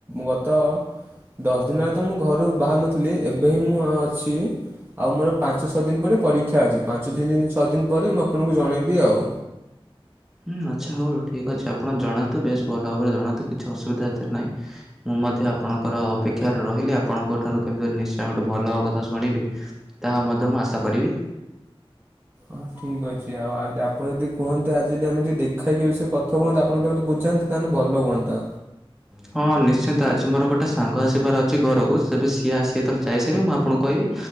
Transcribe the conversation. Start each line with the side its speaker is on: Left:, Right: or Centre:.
Right: ଗତ ଦଶ ଦିନରେ ତ ମୁଁ ଘରୁ ବାହାରୁ ନଥିଲି। ଏବେ ହିଁ ମୁଁ ଅଛି ଆଉ ମୋର ପାଞ୍ଚ ଛଅ ଦିନ ପରେ ପରୀକ୍ଷା ଅଛି ପାଞ୍ଚ ଦି ଦିନ ଛଅ ଦିନ ପରେ ମୁଁ ଆପଣଙ୍କୁ ଜଣେଇବି ଆଉ।
Centre: ହୁଁ ଆଚ୍ଛା ହଉ ଠିକ୍ ଅଛି, ଆପଣ ଜଣାନ୍ତୁ, ବେଶ୍ ଭଲ ଭାବରେ ଜଣାନ୍ତୁ, କିଛି ଅସୁବିଧା ଏଥିରେ ନାହିଁ। ମୁଁ ମଧ୍ୟ ଆପଣଙ୍କର ଅପେକ୍ଷାରେ ରହିଲି, ଆପଣଙ୍କ ଠାରୁ କେମିତି ନିଶ୍ଚୟ ଗୋଟେ ଭଲ କଥା ଶୁଣିବି। ତାହା ମଧ୍ୟ ମୁଁ ଆଶା କରିବି।
Right: ହଁ ଠିକ ଅଛି ଆଉ ଆପଣ ଯଦି କୁହନ୍ତେ ଆଜି ଯଦି ଆମେ ଟିକେ ଦେଖାଇକି ବିଷୟରେ କଥା କୁହନ୍ତେ ଆପଣ ମତେ ବୁଝାନ୍ତେ ତାହେଲେ ଭଲ ହୁଅନ୍ତା।
Centre: ହଁ ନିଶ୍ଚିନ୍ତ ଆଜି ମୋର ଗୋଟେ ସାଙ୍ଗ ଆସିବାର ଅଛି ଘରକୁ, ତେବେ ସିଏ ଆସି ଯେତେବେଳେ ଯାଇସାରିବ, ମୁଁ ଆପଣଙ୍କୁ କହିବି।